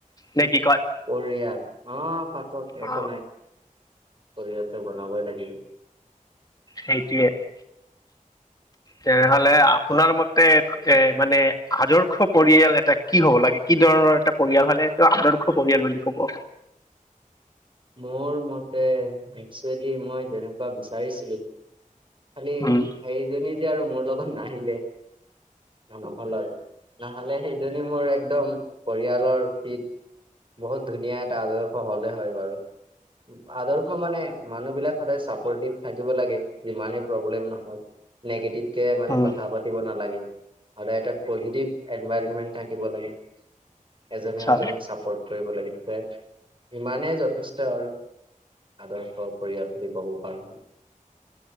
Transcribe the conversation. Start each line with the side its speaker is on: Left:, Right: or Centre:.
Left: নে কি কয়
Right: পৰিয়াল অ পাতক একো
Left: অ
Right: নাই পৰিয়াল ত বনাবই লাগিব
Left: নাইটিয়ে। তেনেহলে আপোনাৰ মতে মানে আদৰ্শ পৰিয়াল এটা কি হব লাগে কি ধৰ এটা পৰিয়াল হলে এইটো আদৰ্শ পৰিয়াল বুলি কব
Right: মোৰ মতে একচুৱেলি মই যেনেকুৱা বিচাৰিছিলোঁ। খালি
Left: উম
Right: সেইজনী যে আৰু মোৰ লগত নাহিলে। নহল নহলে সেইজনী মোৰ একদম পৰিয়ালৰ ফিট বহুত ধুনীয়া এটা আদৰ্শ হলে হয় বাৰু আদৰ্শ মানে মানুহ বিলাক সদায় চাপৰ্টিভ থাকিব লাগে। যিমানে প্ৰব্লেম নহওক নিগেটিভ কে মানে
Left: উম
Right: কথা পাতিব নালাগে। সদাই এটা পজিটিভ এনভাইৰনমেন্ট থাকিব লাগে এজনে
Left: আচ্ছা
Right: এনজনক চাপৰ্ট কৰিব লাগে <unintelligible> ইমানেই যথেষ্ট আৰু আদৰ্শ পৰিয়াল বুলি ক'ব পাৰোঁ।